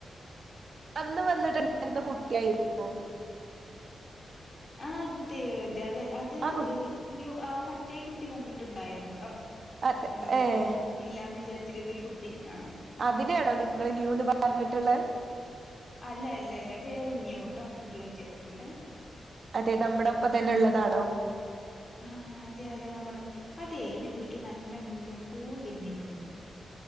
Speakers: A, on the right (about 60°); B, on the left (about 45°).
A: അന്ന് വന്നിട്ടുണ്ടായിരുന്ന കുട്ടിയായിരുന്നോ
B: അ അതെ അതെ അത്
A: ആ കു
B: ഇനി ആ മറ്റേ കുട്ട കൂട്ടി വന്നിട്ടുണ്ടായിരുന്നു കേട്ടോ
A: അതെ
B: നമ്മള്
A: ഏഹ്
B: ഇല്ലാന്ന് വിചാരി ച്ചിരുന്നൊരു കുട്ടി ആ
A: അതിനെയാണോ നിങ്ങ ന്യൂന്ന് പറഞ്ഞിട്ടുള്ളെ
B: അല്ല അല്ല അല്ല വേറൊരു ന്യൂട്ടോ ജോയിൻ ചെയ്തിട്ടുണ്ടേ
A: അതെ നമ്മടം ക്ക തന്നെള്ളതാണോ
B: ആ അതെ അതെ നമ്മുടെ അതെ എന്റെ വീട്ടി നല്ല മുല്ലപ്പൂ വിരിഞ്ഞിട്ടുണ്ട്